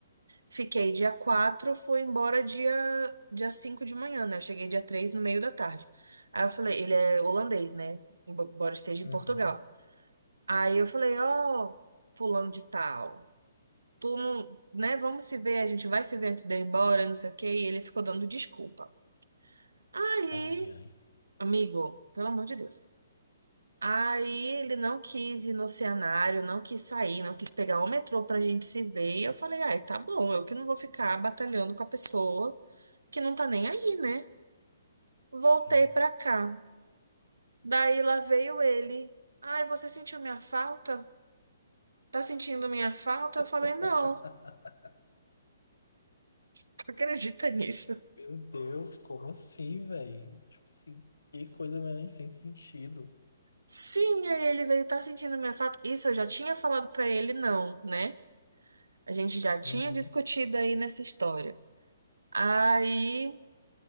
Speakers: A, on the right; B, on the left.
A: Fiquei dia 4, fui embora dia, dia 5 de manhã, né? Eu cheguei dia 3 no meio da tarde. Aí eu falei, ele é holandês, né? Embora esteja em
B: Uhum.
A: Portugal. Aí eu falei, ó, fulano de tal, tu não, né? Vamos se ver, a gente vai se ver antes de eu ir embora, não sei o quê. E ele ficou dando desculpa. Aí,
B: Ai, ai.
A: amigo, pelo amor de Deus. Aí ele não quis ir no cenário, não quis sair, não quis pegar o metrô pra gente se ver. E eu falei, ai, tá bom, eu que não vou ficar batalhando com a pessoa que não tá nem aí, né? Voltei
B: Sim.
A: pra cá. Daí lá veio ele. Ai, você sentiu minha falta? Tá sentindo minha falta? Eu falei,
B: <laughs>
A: não, <laughs> tu acredita nisso?
B: Meu Deus, como assim, velho? Tipo assim, que coisa mais sem sentido.
A: Sim, aí ele veio, tá sentindo minha falta? Isso eu já tinha falado pra ele, não, né? A gente já tinha
B: Uhum.
A: discutido aí nessa história. Aí